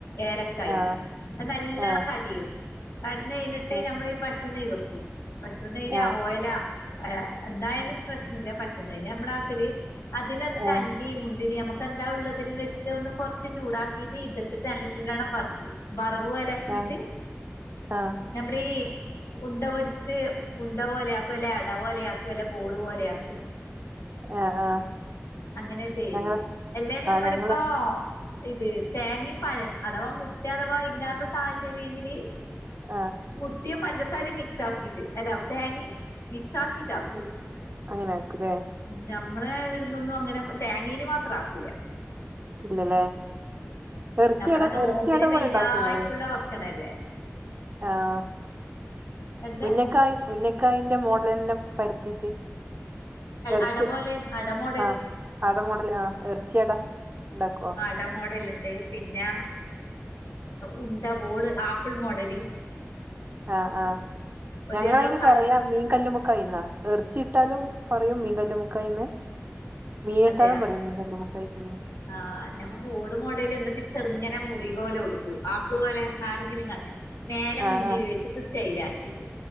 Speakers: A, on the left; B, on the right.
A: ഏലക്കായും
B: ആഹ്
A: അത് നല്ലവണം
B: ആഹ്
A: കടിയും കടഞ്ഞ് കഴിഞ്ഞിട്ട്
B: ആഹ്
A: നമ്മളി പശു നെയ്യ് വെക്കു പശു നെയ്യാ
B: ആഹ്
A: ഓയിലാ എന്തായാലും പ്രശ്നയില്ല പശു നെയാ നമ്മൾ ആക്കല് അതിൽ എന്നിട്ട്
B: ആഹ്
A: അൻ ണ്ടിയും മുന്തിരി നമുക്ക് എന്താ ഉള്ളത് എല്ലാം ഇട്ടിട്ട് ഒന്ന് കുറച്ച് ചൂടാക്കിട്ട് ഇത് ഇട്ടിട്ട് നല്ലണ്ണം വറകും ബറവുപോലെ ആക്കീട്ട്
B: ആഹ് ആഹ്
A: നമ്മളീ ഈ ഉണ്ട പിടിച്ചിട്ട് ഉണ്ട പോലെയാക്കും അല്ല അട പോലെ യാക്കും, അല്ല ബോളു പോലെ ലേ ആക്കു
B: ഏഹ് ആഹ്.
A: അങ്ങനെ ചെയ്യല്
B: ഞങ്ങള്
A: എല്ലാ നമ്മളിപ്പോ
B: ആഹ് ഞങ്ങള്
A: ഇത് തേങ്ങ പ അഥവാ മുട്ട അഥവാ ഇല്ലാത്ത സാഹചര്യയിങ്കില്
B: ആഹ്
A: മുട്ടിയും പഞ്ചസാരയും മിക്സാക്കിട്ട് അല്ല തേങ്ങയും മിക്സാക്കിട്ട കു
B: അങ്ങനെ ആക്കുലേ
A: നഞമ്മള ഇട്ന്നൊന്നും അങ്ങനെ തേങ്ങയില് മാത്ര ആക്കൂല.
B: ഇല്ലല്ലേ എറച്ചിടെ
A: നമ്മളെ നോമ്പിന്
B: എറച്ചിയട
A: മെയിനായിട്ടുള്ള
B: പോലെ ഒണ്ടാക്കുവോ നിങ്ങള്
A: ഭക്ഷണല്ലേ
B: ആഹ്
A: എന്തെ
B: ഉന്നക്കായി ഉന്നക്കായിന്റെ മോഡല് തന്നെ പരത്തിട്ട് എറച്ചി
A: അട പോലെ അട മോഡല്
B: ആഹ് അട മോഡല് ആഹ് എറച്ചിടെ ഒണ്ടാക്കുവോ
A: ഉണ്ട മോഡൽ ഉണ്ട് പിന്നാ ഉണ്ട ബോള് ആപ്പിൾ മോഡല്
B: ആഹ് ആഹ്
A: ഒരു
B: ഞങ്ങളതിന്
A: എന്തോ കർ
B: പറയാ മീൻ കല്ലുമ്മുക്കായി തിന്നാ എറച്ചിട്ടാലും പറയും മീൻ കല്ലുമ്മുക്കായിന്ന് മീനിയിട്ടാലും
A: അതെയാ
B: പറയും മീൻ കല്ലുമ്മക്കായ് ഉം
A: ആഹ് നമ്മ ഊട് മോഡല് എന്തിട്ട് ചെറിങ്ങനെ മുറി പോലെ ഉടുക്കൂ ആപ്പിൾ പോലെ നാരങ്ങിലും ഇങ്ങനെ മേലെ
B: ആഹ്
A: മുന്തിരി
B: ആഹ്
A: വെച്ചിട്ട് സ്റ്റൈൽ ആക്കിട്ട്